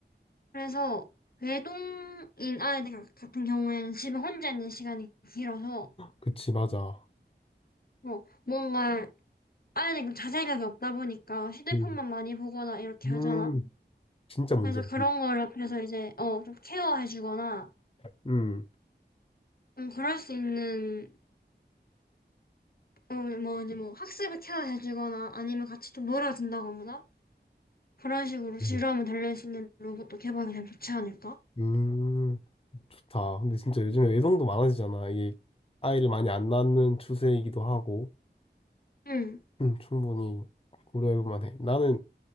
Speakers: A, on the left; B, on the left.
A: 그래서 외동인 아이들 같- 같은 경우에는 집에 혼자 있는 시간이 길어서
B: 그치, 맞아.
A: 뭐 뭔가 아이들이 자제력이 없다 보니까 휴대폰만
B: 음,
A: 많이 보거나 이렇게
B: 음,
A: 하잖아.
B: 진짜 문제야.
A: 그래서 그런 걸 옆에서 이제 어 좀 케어해주거나
B: 음,
A: 좀 그럴 수 있는 어뭐 이제 뭐 학습을 케어해주거나 아니면 같이 좀 놀아준다거나 그런 식으로 지루함을
B: 음,
A: 달랠 수 있는 로봇도 개발이 되면 좋지 않을까?
B: 음, 좋다. 근데 진짜 요즘에 외동도 많아지잖아. 이게 아이를 많이 안 낳는 추세이기도 하고,
A: 응,
B: 음, 충분히 고려해볼 만해. 나는